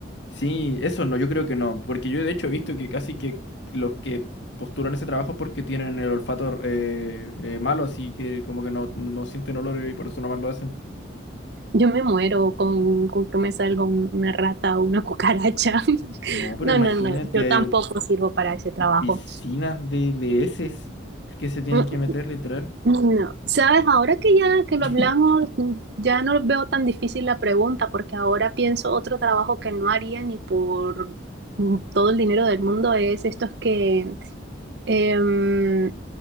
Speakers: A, on the left (about 70°); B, on the right (about 60°).
A: Sí, eso no, yo creo que no, porque yo de hecho he visto que casi que los que postulan ese trabajo es porque tienen el olfato eh, eh, malo, así que como que no, no sienten olor y por eso nomás lo hacen.
B: Yo me muero con, con que me salga un- una rata o una cucaracha. <laughs>
A: No, pero
B: No,
A: imagínate,
B: no, no, yo tampoco
A: eh,
B: sirvo para ese trabajo.
A: piscinas de, de heces que se tienen
B: Mm,
A: que meter literal.
B: No, no. Sabes, ahora que ya que lo
A: <laughs>
B: hablamos, mm, ya no veo tan difícil la pregunta, porque ahora pienso otro trabajo que no haría ni por mm, todo el dinero del mundo es estos que em,